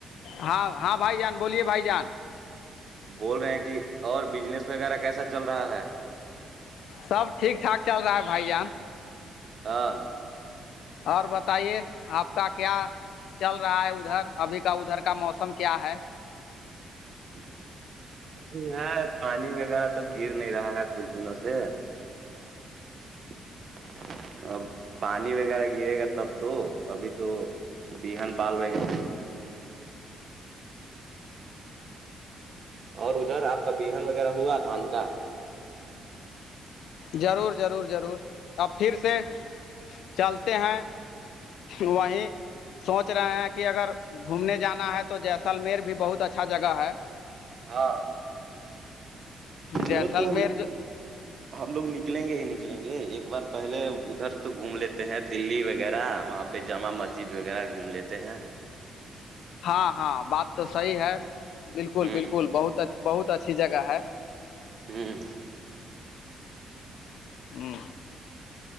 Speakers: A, on the left; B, on the right.
A: ہاں ہاں بھائی جان بولیے بھائی جان
B: بول رہے ہیں کہ اور بجنس وغیرہ کیسا چل رہا ہے
A: سب ٹھیک ٹھاک چل رہا ہے بھائی جان
B: ہاں
A: اور بتائیے آپ کا کیا چل رہا ہے ادھر ابھی کا ادھر کا موسم کیا ہے
B: ادھر کام وہی ہے پانی وغیرہ تو گر نہیں رہا ہے کچھ دنوں سے <inaudible> اب پانی وغیرہ گرے گا تب تو ابھی تو بہن بال وغیرہ اور ادھر آپ کا بہن وغیرہ ہوا دھان کا
A: ضرور ضرور ضرور اب پھر سے چلتے ہیں وہیں سوچ رہے ہیں کہ اگر گھومنے جانا ہے تو جیسلمیر بھی بہت اچھا جگہ ہے
B: ہاں وہ
A: جیسل
B: تو
A: میر جو
B: ہم لوگ نکلیں گے ہی نکلیں گے ایک بار پہلے ادھر تو گھوم لیتے ہیں دللی وغیرہ وہاں پہ جامع مسجد وغیرہ گھوم لیتے ہیں
A: ہاں ہاں بات تو صحیح ہے بالکل
B: ہوں
A: بالکل بہت بہت اچھی جگہ ہے
B: ہوں
A: ہوں